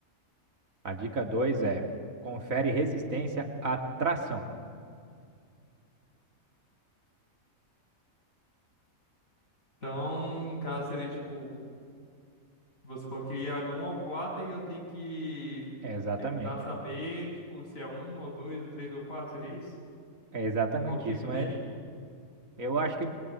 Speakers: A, on the right; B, on the left.
A: A dica 2 é confere resistência à tração.
B: Então, no caso, seria tipo, você falou que ia do um ao 4, e eu tenho que
A: É exatamente.
B: tentar saber, tipo, se é um ou 2 ou 3 ou 4 seria isso?
A: É exatamente
B: Qual o tipo
A: isso.
B: dele?
A: Mas eu acho que,